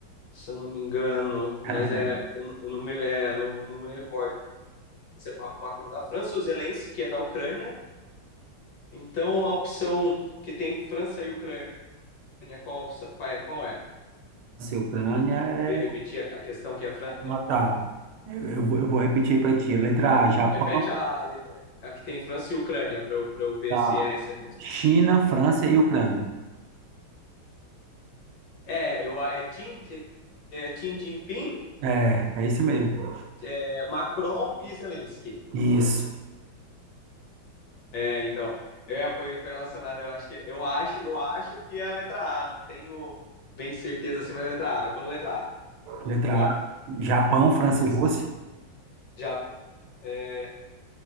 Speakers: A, on the left; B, on the right.
A: Se eu não me engano, mas
B: <laughs>
A: é, eu não, eu não me, é, eu não, eu não me recordo se é Ma- Macron da França, o Zelensky é da Ucrânia. Então, a opção que tem França e Ucrânia, qual, a opção- qual é? Qual é?
B: Nossa, Ucrânia é
A: poder repetir a, a questão que é a Fran...
B: matar.
A: É,
B: Eu, eu vou eu vou repetir para ti. Letra A, Japão,
A: repete a, a, a, que tem França e Ucrânia para eu, pra eu ver
B: tá?
A: se é isso aí mesmo.
B: China, França e Ucrânia.
A: É, eu, é, Tim, é Tim Jinping,
B: É, é isso mesmo.
A: é Macron e Zelensky.
B: Isso.
A: É, então, é, foi, foi relacionado, eu acho que eu acho, eu acho que é a letra A, não tenho bem certeza assim, mas é a letra A. Eu vou na letra A.
B: Letra
A: Bora.
B: A, Japão, França
A: Isso.
B: e Rússia.
A: Já é...